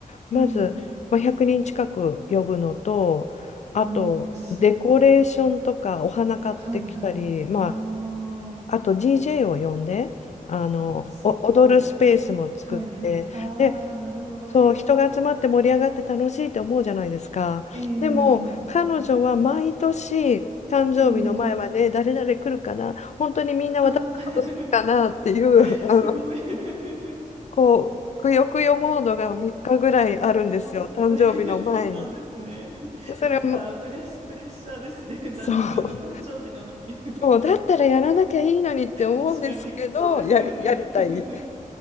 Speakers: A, on the left; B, on the right.
A: まず、
B: ええ
A: まあ、100人近く呼ぶのと、あと、
B: うーん、すごい。
A: デコレーションとか、お花買ってきたり、
B: はいはい。
A: まあ、
B: あ
A: あと DJ を呼んで、あの、
B: あ、あ、すごい。
A: お踊るスペースも作って、
B: はいはい。ああ、
A: で、
B: なるほど。
A: そう人が集まって盛り上がって楽しいって思うじゃないですか。
B: ええ
A: でも彼女は毎年誕生日の前まで誰々来るかな本当にみんな私のこと好きかなっていうあの
B: ええああー、<laughs> すごい。<laughs>
A: こうくよくよモードが3日ぐらいあるんですよ誕生日の前に。
B: 面白い。<laughs> そうなんですね。
A: でそれも
B: なんか、プレスプレッシャーですね。<laughs> だ自分の誕生日なのに。
A: そう
B: <laughs>
A: そうだったらやらなきゃいいのにって思うんですけどやり、
B: 確かに、そうですよね。
A: やりたい
B: <laughs>